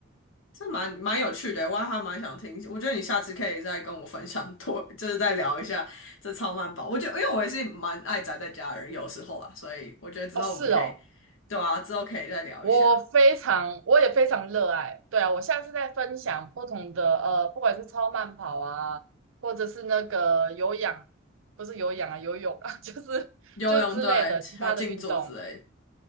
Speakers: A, on the left; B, on the right.
A: 这蛮蛮有趣的，我还蛮想听。我觉得你下次可以再跟我分享多，就是再聊一下这超慢跑。我觉得，因为我也是蛮爱宅在家的人，有时候啦，所以我觉得之后我们可以，
B: 哦，是哦，
A: 对啊，之后可以再聊一下
B: 我非常，我也非常热爱。对啊，我下次再分享不同的呃，不管是超慢跑啊，或者是那个有氧，不是有氧啊，游泳啊，<laughs> 就是就是之类的其他的运动。
A: 游泳，对，还有静坐之类的